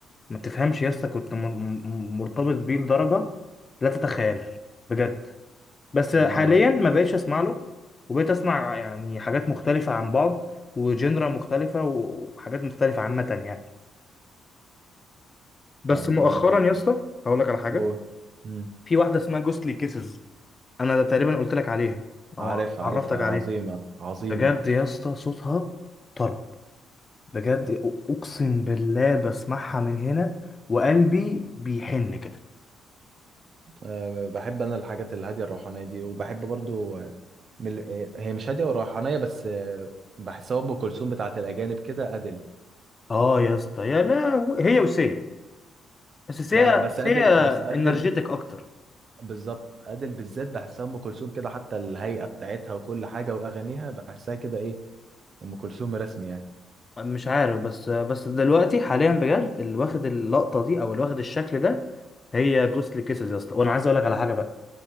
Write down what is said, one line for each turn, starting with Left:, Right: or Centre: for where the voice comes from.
Left: ما تفهمش يا اسطى كنت م- م- مرتبط بيه لدرجه لا تتخيلها بجد بس
Right: ما
Left: حاليا ما بقتش اسمع له وبقيت اسمع يعني حاجات مختلفه عن بعض وجنرا مختلفه وحاجات مختلفه عامه يعني بس
Right: طب
Left: مؤخرا
Right: آه،
Left: يا اسطى هقول لك على حاجه
Right: هو مم.
Left: في واحده اسمها جوستلي كيسز انا تقريبا قلت لك عليها او
Right: عارفها
Left: عرفتك
Right: عارفها
Left: عليها
Right: عظيمة عظيمة
Left: بجد يا اسطى صوتها طرب بجد أ- اقسم بالله بسمعها من هنا وقلبي بيحن كده
Right: آه، بحب انا الحاجات الهاديه الروحانيه دي وبحب برضو آه، من ال- آه، هي مش هاديه وروحانيه بس آه، بحسها ام كلثوم بتاعت الاجانب كده ادل
Left: اه يا اسطى يا لا هي وسيا بس سيا
Right: لا لا بس
Left: سيا
Right: ادل بس ادل
Left: انرجيتك اكتر
Right: بالظبط ادل بالذات بحسها ام كلثوم كده حتى الهيئه بتاعتها وكل حاجه واغانيها بحسها كده ايه ام كلثوم رسمي يعني
Left: مش عارف بس بس دلوقتي حاليا بجد اللي واخد اللقطه دي او اللي واخد الشكل ده هي جوستلي كيسز يا اسطى وانا عايز اقول لك على حاجه بقى